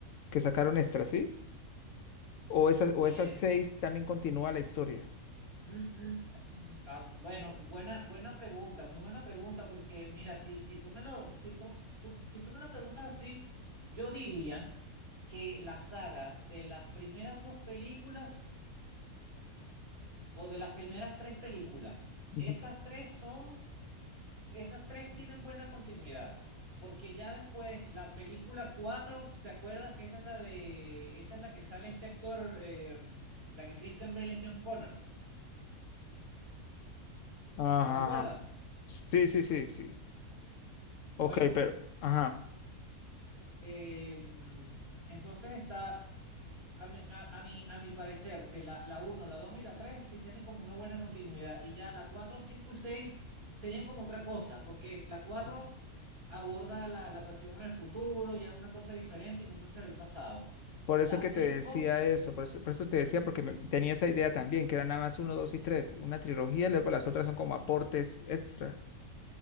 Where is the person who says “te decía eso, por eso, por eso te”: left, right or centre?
Left